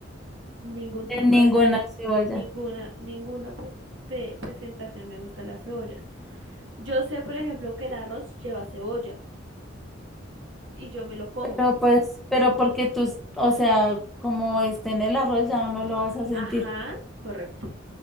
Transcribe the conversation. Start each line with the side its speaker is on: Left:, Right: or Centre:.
Right: Ningún
Centre: de
Right: tipo
Centre: ninguna
Right: de,
Centre: cebolla.
Right: ninguna, ninguna pre- de presentación me gusta la cebolla. Yo sé, por ejemplo, que el arroz lleva cebolla y yo me lo como.
Centre: Pero pues, pero porque tú, o sea, como esté en el arroz ya no lo vas a sentir.
Right: Ajá, correcto.